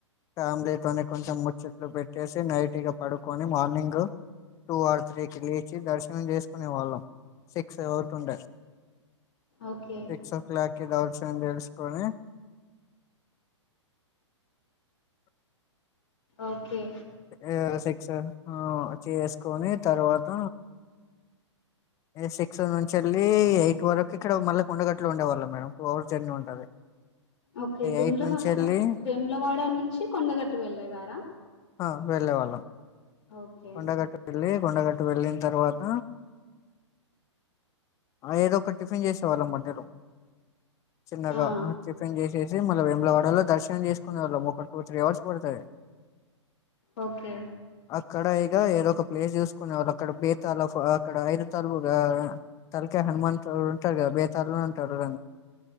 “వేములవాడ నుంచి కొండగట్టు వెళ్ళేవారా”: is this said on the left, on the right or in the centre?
Left